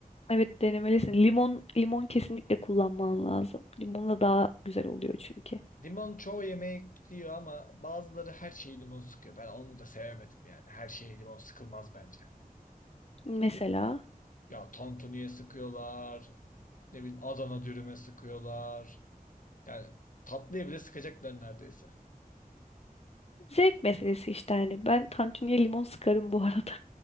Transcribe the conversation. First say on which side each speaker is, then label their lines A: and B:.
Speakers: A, on the left; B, on the left.
A: Evet denemelisin. Limon limon kesinlikle kullanman lazım. Limonla daha güzel oluyor çünkü.
B: Limon çoğu yemek diyor ama bazıları her şeyi limon sıkıyor. Ben onu da sevemedim yani. Her şeye limon sıkılmaz bence.
A: Mesela
B: Ya tantuniye sıkıyorlar. Ne bileyim Adana dürüme sıkıyorlar. Yani tatlıya bile sıkacaklar neredeyse.
A: zevk meselesi işte hani ben tantuniye limon sıkarım bu arada.